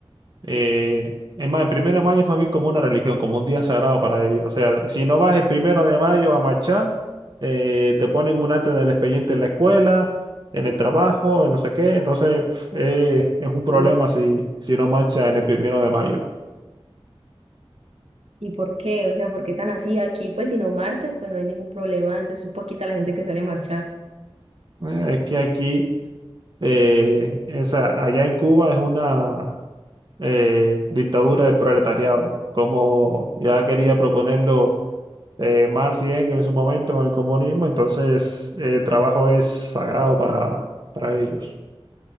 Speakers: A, on the right; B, on the right.
A: Eh, es más, el primero de mayo es para mí como una religión, como un día sagrado para ellos. O sea, si no vas el primero de mayo a marchar, eh, te ponen un arte del expediente en la escuela, en el trabajo, en no sé qué. Entonces, pf, eh, es un problema
B: Ujú.
A: si, si no marchas en el primero de mayo.
B: ¿Y por qué? O sea, ¿por qué tan así? Aquí, pues si no marchas, pues no hay ningún problema. Entonces, es poquita la gente que sale a marchar.
A: Eh, es que aquí, eh, esa, allá en Cuba es una eh, dictadura del proletariado, como ya quería proponerlo eh, Marx y Engels en su momento con el comunismo, entonces eh, el trabajo es sagrado para, para ellos.